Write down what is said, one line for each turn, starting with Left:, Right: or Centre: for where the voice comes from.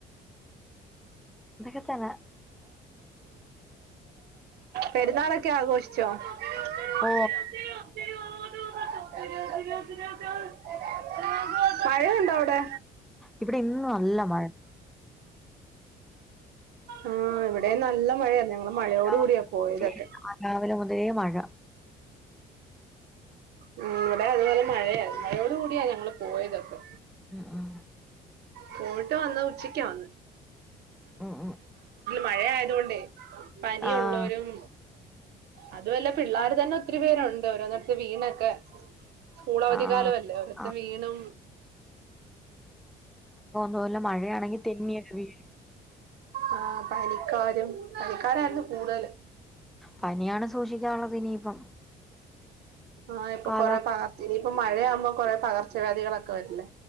Centre: ഇതൊക്കെ തന്നെ
Right: പെരുന്നാളൊക്കെ ആഘോഷിച്ചോ <unintelligible>
Centre: ഓഹ്
Right: <inaudible> മഴയുണ്ടോ അവിടെ
Centre: ഇവിടെ ഇന്നു നല്ല മഴ
Right: ആ ഇവി ഇവിടെ നല്ല മഴയ ഞങ്ങൾ മഴയോട്
Centre: രാവിലെ
Right: കൂടിയാ
Centre: മുതലേ
Right: പോയതൊക്കെ
Centre: <unintelligible> മഴ
Right: ഉം വിടെ അതുപോലെ മഴയാ മഴയോടികൂടിയഞങ്ങൾ പോയതക്കെ
Centre: ഉം ഉം
Right: ഫോട്ടോ വന്നാ ഉച്ചക്കാന്ന്
Centre: ഉം ഉം
Right: മഴയായതോണ്ടെ പനി
Centre: ആഹ്
Right: ഉള്ളോരും അതുഅല്ല പിള്ളാര് തന്നൊത്തിരി പേരുണ്ട് <unintelligible> സ്കൂളവധി
Centre: ആഹ്
Right: കാലവല്ലേ ഓരൊത്തെ
Centre: ആ
Right: വീണും
Centre: തുവല്ല മഴയാണെങ്കി തെന്നിയക്ക വീഴു
Right: ആ പനിക്കാരും പനിക്കാരായിരുന്നു കൂടുതല്
Centre: പനിയാണ് സൂഷിക്കാനുള്ളതിനിയിപ്പം
Right: ആ ഇപ്പൊ
Centre: കാലാ
Right: കൊറെ പാർത്തിന് മഴയാവുമ്പോ കൊറെ പകർച്ചവ്യാദികളൊക്കെ വരില്ലേ